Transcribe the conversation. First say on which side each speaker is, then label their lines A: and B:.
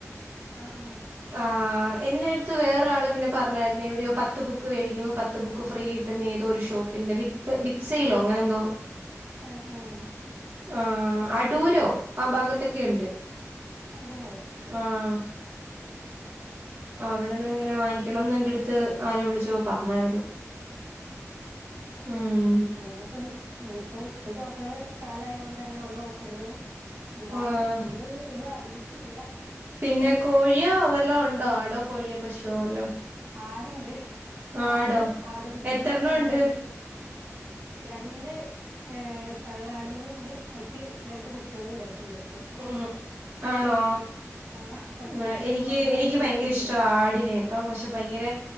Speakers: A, on the right (about 70°); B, on the right (about 40°).
A: ആഹ് ഹാ
B: ആഹ് എന്നടുത്ത് വേറാള് ഇങ്ങനെ പറഞേരുന്നു എവിടെയോ പത്ത് ബുക്ക് വേടിക്കുമ്പോ പത്ത് ബുക്ക് ഫ്രീ കി ട്ടുന്ന് ഏതോ ഒരു ഷോപ്പിന്റെ ബി് ബിഗ്സയിലോ അങ്ങനെന്തോ
A: ആഹ് ഏഹ്
B: ആഹ് അടൂരോ ആ ഭാഗത്തൊക്കെ ഉണ്ട്
A: അതെ
B: ആഹ്
A: ആഹ്
B: അവിടെന്നങ്ങനെ വാങ്ങിക്കണംന്ന് എന്റെ അടുത്ത് ആരോ വിളിച്ചപ്പംപറഞ്ഞായിരുന്നു ഉം
A: അങ്ങനെപ്പരു ങ്ങെ പ്പൊസ്കൂൾ തുറക്ക്ണ കാലയോണ്ട് അങ്ങനെ ഓരോ ഓഫറുകളും ഉണ്ടാകും
B: ആഹ്
A: നമ്മള്ന്ന് എന്നും അറിഞ്ഞിട്ടില്ല
B: പിന്നെ കോഴിയോ അവല്ലോ ഉണ്ടോ ആടോ കോഴിയോ പശുവോ വല്ലോ
A: ആടുണ്ട്
B: ആടോ
A: ആട് ആട് കുട്ടികളൊക്കെണ്ടായിണ്
B: എത്രണ്ണം <inaudible>
A: രണ്ട് ഏഹ് തള്ളാടുകളും ഉണ്ട് അയിക്ക് രണ്ട് കുട്ടികളും ഉണ്ടായിട്ടുണ്ട് ഇപ്പോ
B: ഉം ആണോ
A: ആഹ് പ്രസവിച്ചിട്ട്
B: ആഹ് എനിക്ക്
A: ഇപ്പോ മൂന്ന്
B: എനിക്ക്
A: ദിവസായിട്ടുള്ളൂ
B: ഭയങ്കര ഇഷ്ടാ ആടിനെ ട്ടോ പക്ഷെ ഭയങ്കര